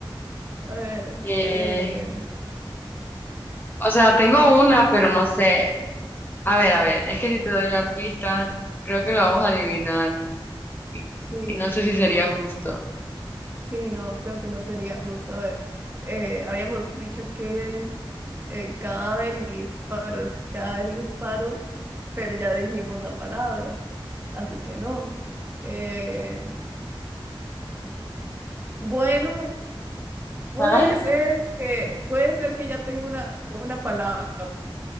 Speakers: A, on the right (about 25°); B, on the left (about 25°).
A: A ver,
B: Eh,
A: eh,
B: o sea, tengo una, pero no sé. A ver, a ver, es que si te doy la pista, creo que lo vamos a adivinar. Y,
A: sí,
B: y no sé si sería justo.
A: sí, no, creo que no sería justo. A ver, eh, habíamos dicho que eh, cadáver y disparo, es que cadáver y disparo, pero ya dijimos la palabra, así que no. Eh, bueno, puede
B: Ajá.
A: ser que, puede ser que ya tengo una, una palabra